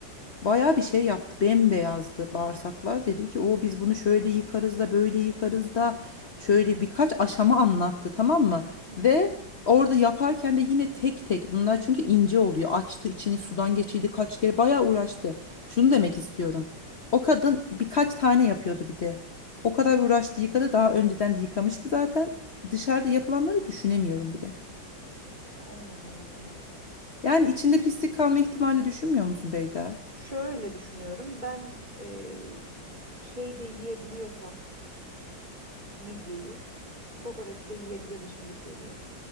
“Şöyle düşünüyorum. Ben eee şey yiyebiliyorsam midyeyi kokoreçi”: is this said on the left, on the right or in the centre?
Right